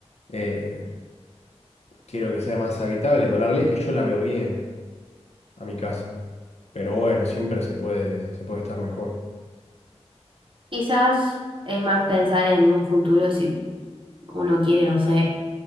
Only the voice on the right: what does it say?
Quizás es más pensar en un futuro si uno quiere, no sé.